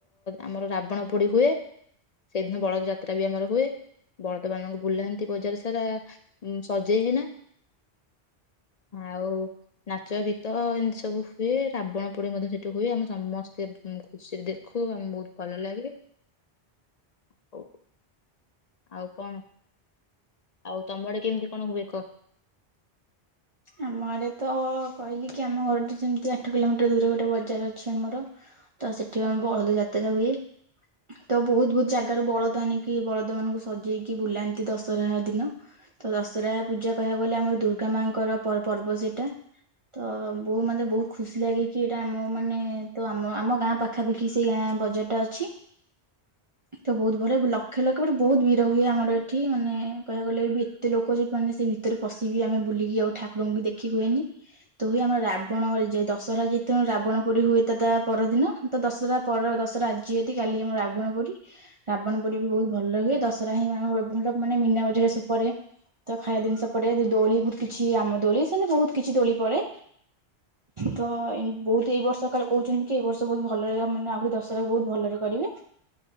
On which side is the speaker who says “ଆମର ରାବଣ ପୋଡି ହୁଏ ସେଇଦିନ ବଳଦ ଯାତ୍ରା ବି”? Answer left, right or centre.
Left